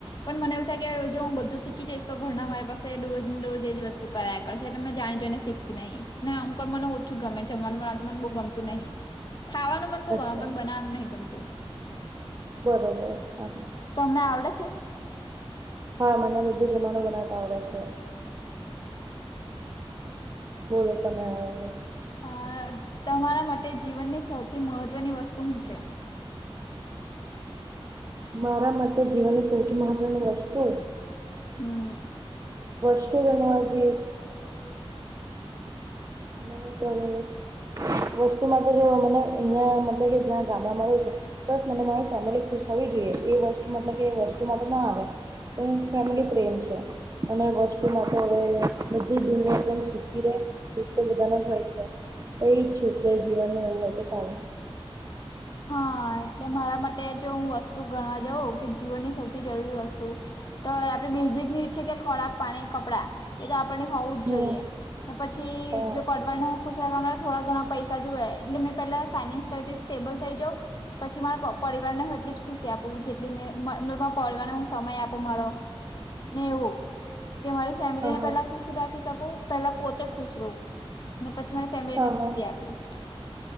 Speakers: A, on the left; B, on the right.
A: પન મને એવું થાય કે જો ઉ બધું શીખી જઈશ તો ઘરના મારી પાસે દોરોજન દોરોજ એજ વસ્તુ કરાયા કરશે એટલે મેં જાણી જોઈને શીખતી નહી ને અમુક વાર મને ઓ થું ગમે
B: બરાબર
A: જમવાનું બણાતું મન બો ગમતું નહિ ખાવાનું મન બો
B: અચ્છા
A: ગમ પન બનવાનું નહી ગમતું.
B: બોલો બોલો હા.
A: તમને આવડે છે?
B: હા મને બધું જમાવાનું બનાવતા આવળે છે. બોલો તમે હવે.
A: આઅ-અ-અ તમારા મટે જીવનની સૌથી મહત્વની વસ્તુ હું છે?
B: મારા મતે જીવનની સૌથી મહત્વની વસ્તુ
A: હમ
B: વસ તું બનવા જી મને તમારું વસ્તુમાં તો જો મને એઈયાં મતલેઇ કે જ્યાં ગામડામાં રેય છે. તસ મને મારી ફેમેલી ખુશ થવી જોઈએ એ વસ્તુ મતલબ કે એ વસ્તુમાં તો ના આવે. પણ ફેમેલી પ્રેમ છે. અને વસ્તુમાં તો અવે બધી દુનિયા એકદમ સુખી રે દુઃખ તો બધાને જ હોય છે, હુંઈ જ છું, કે જીવન ન એવું હોય એટલે સારું.
A: હા, એટલે મારા માટે જોહું વસ્તુ ગણવા જાઉં કે જીવનની સૌથી જરૂરી વસ્તુ. તો આપણે બેયઝિકની છે, કે ખોરાક, પાણી, કપડાં એતો આપણને હોવું
B: હમ
A: જ જોઈએ, ને પછી
B: હા
A: જો પડવાનો. પૂછડવામા થોડા ઘણા પૈસા જોઈએ એટલે મેં પેલા ફાઇસયલી સ્ટેબલ થઈ જાવ. પછી મારા પરિવારને હું એટલી જ ખુશી આપું જેટલી મેમ પરિવારને હું સમય આપું મારો. ને એવું કે મારી ફેમિલીને
B: હા હા
A: પેલા ખુશી રાખી શકું પેલા પોતે ખુશ રહું, ને પછી મારી ફેમિલીને
B: હા
A: ખુશી
B: હા
A: આપ્યું,